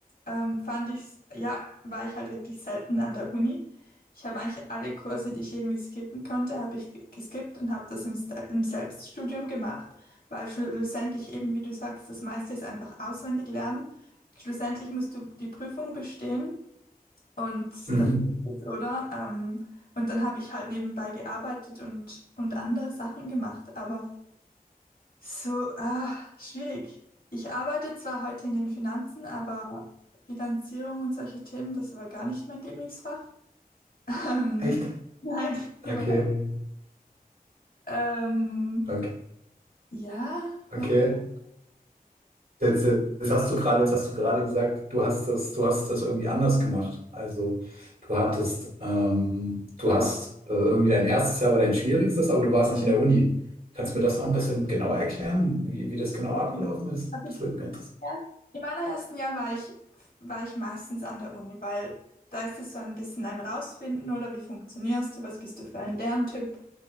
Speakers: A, on the left; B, on the right.
A: ähm, fand ich, ja, war ich halt wirklich selten an der Uni. Ich habe eigentlich alle Kurse, die ich irgendwie skippen konnte, habe ich ge- geskippt und habe das im, Ste- im Selbststudium gemacht, weil schlussendlich eben, wie du sagst, das meiste ist einfach auswendig lernen. Schlussendlich musst du die Prüfung bestehen. Und
B: <laughs> Mhm.
A: das ist es, oder? Ähm, und dann habe ich halt nebenbei gearbeitet und, und andere Sachen gemacht. Aber so, ah, schwierig. Ich arbeite zwar heute in den Finanzen, aber Bilanzierung und solche Themen, das war gar nicht mein Lieblingsfach. <laughs> Ähm,
B: Echt?
A: nein, <laughs> überhaupt.
B: Okay.
A: nicht. Ähm,
B: Okay.
A: ja,
B: Okay.
A: was soll ich
B: Jetzt, jetzt hast du gerade, jetzt hast du gerade gesagt, du hast das, du hast das irgendwie anders gemacht. Also du hattest, ähm, du hast äh, irgendwie dein erstes Jahr war dein schwierigstes, aber du warst nicht in der Uni. Kannst du mir das noch ein bisschen genauer erklären, wie, wie das genau
A: sagen?
B: abgelaufen ist?
A: Also
B: Das würde mich interessieren.
A: Ja, Im allerersten Jahr war ich, war ich meistens an der Uni, weil da ist es so ein bisschen ein Rausfinden, oder wie funktionierst du, was bist du für ein Lerntyp?